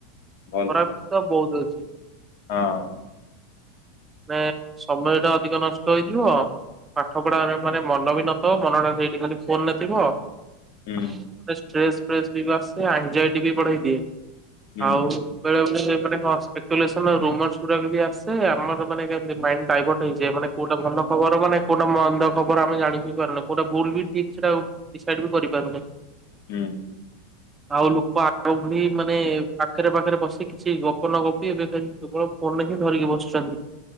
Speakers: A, on the left; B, on the right.
A: ଭଲ
B: ଖରାପ ତ ବହୁତ ଅଛି।
A: ହଁ।
B: ମେ ସମୟ ଟା ଅଧିକ ନଷ୍ଟ ହେଇଯିବ। ପାଠ ପଢାରେ ମାନେ ମନ ବି ନଥିବ ମନ ଟା ସେଇଠି ଖାଲି ଫୋନ ନେ ଥିବ।
A: ହୁଁ
B: ଆଉ ଗ ଷ୍ଟ୍ରେସ ଫ୍ରେସ ବି ଆସେ, ଆନ୍ଜାଇଟି ବି ବଢେଇ ଦିଏ।
A: ହୁଁ
B: ଆଉ କହିବାକୁ ଗଲେ ମାନେ କଣ ସ୍ପେକୁଲେଶନ ଆଉ ର୍ୟୁମରସ୍ ଗୁଡ଼ାକ ବି ଆସେ ଆ ଆମର ମାନେ କେମତି ମାଇଣ୍ଡ ଡାଇଭର୍ଟ ହେଇଯାଏ ମାନେ କୋଉଟା ଭଲ ଖବର ମାନେ କୋଉଟା ମନ୍ଦ ଖବର ଆମେ ଜାଣି ବି ପାରୁନୁ କୋଉ ଭୁଲ ବି ଠିକ ସେଟା ଡିସାଇଡ ବି କରିପାରୁନେ।
A: ହୁଁ।
B: ଆଉ ଲୋକ ଆଗ ଭଳି ମାନେ ପାଖରେ ପାଖରେ ବସି କିଛି ଗପ ନ ଗପି ଏବେ କିମିତି କେବଳ ଫୋନରେ ହିଁ ଧରିକି ବସୁଚନ୍ତି।